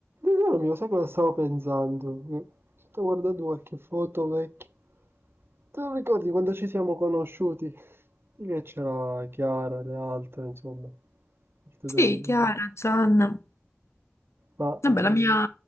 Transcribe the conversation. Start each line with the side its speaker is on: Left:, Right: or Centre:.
Right: Tesoro mio, sai cosa stavo pensando? Che Sto guardando qualche foto vecchia. Te lo ricordi quando ci siamo conosciuti? Sì Che c'era Chiara, le altre, insomma. il tuo
Left: Sì,
Right: compagno.
Left: Chiara, Gianna.
Right: Ma,
Left: Vabbè,
Right: eh,
Left: la mia